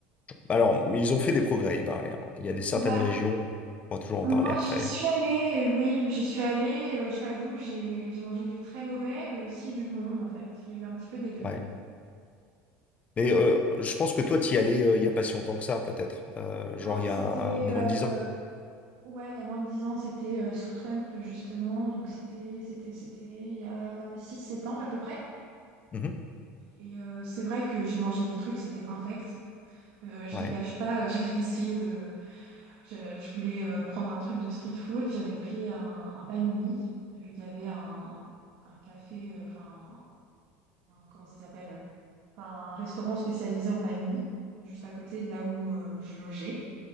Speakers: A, on the left (about 30°); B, on the right (about 65°).
A: alors, ils ont fait des progrès, il paraît. hein. Il y a des certaines
B: bah,
A: régions, on va toujours en
B: moi,
A: parler après.
B: j'y suis allée. euh, Oui, j'y suis allée. euh, je t'avoue, j'ai j'ai mangé du très mauvais, mais aussi du bon, en fait. Il y a eu un petit peu des deux.
A: Ouais. Mais euh, je pense que toi, t'y allais euh, il y a pas si longtemps que ça, peut-être. Euh, genre,
B: Non,
A: il y
B: c'était
A: a moins
B: euh,
A: de dix ans.
B: ouais, il y a moins de 10 ans, c'était euh, sous Trump justement, donc c'était c'était c'était il y a six, sept ans à peu près.
A: Mhm.
B: Et euh, c'est vrai que j'ai mangé des trucs, c'était infect. Euh, je
A: Ouais.
B: te cache pas, euh, <laughs> j'avais essayé de. Je, je voulais euh, prendre un truc de street food. J'avais pris un, un panini, vu qu'il y avait un, un café, euh, enfin, un- comment ça s'appelle? euh, Enfin, un restaurant spécialisé en panini, juste à côté de là où euh, je logeais.